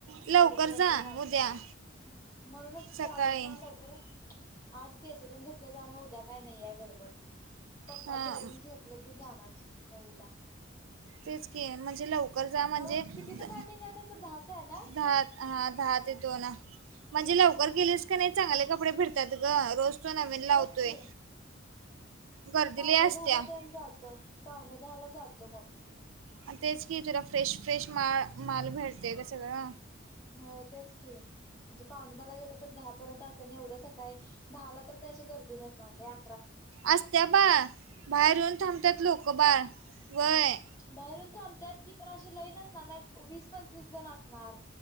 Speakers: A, on the right; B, on the left.
A: लवकर
B: परत दोन
A: जा
B: पण वाजत्यात
A: उद्या
B: म्हणूनच की
A: सकाळी
B: आवर ना लव कर आज केस त्यानं धुतलं त्यामुळ उद्या काय नाहीय गडबड पप्पा
A: हा
B: जेवून झोपलं की जाणार नऊ ला
A: तेच की म्हणजे लव कर जा म्हणजे
B: नऊ कितीचं
A: द
B: टायमिंग आहे त्यांचं दहाचं आहे ना
A: दहा हा दहा ते दोन म्हणजे लवकर गेलीस का नाय चांगले कपडे फिरतात ग रोज तो नवीन लावतोय.
B: तेच की
A: गर्दी
B: पावणे
A: लय असत्या
B: दहाला
A: आणि
B: त्यांन जातो पावणे दहाला जातो मग
A: आणि तेच की जरा फ्रेश फ्रेश मा माल भेटतेय ग सगळा
B: हो तेच की म्हणजे पावणे दहा ला गेलं तर दहा पर्यंत असनं एवढं सकाळी दहाला तर काय अशी गर्दी नसणार लय आ
A: असस्त्या बा बाहेर येऊन थांबत्यात लोक बार व्हय.
B: बाहेर येऊन थांबत्यात की पण अशी लय नसणार ना एक वीस पंचवीस जण असणार.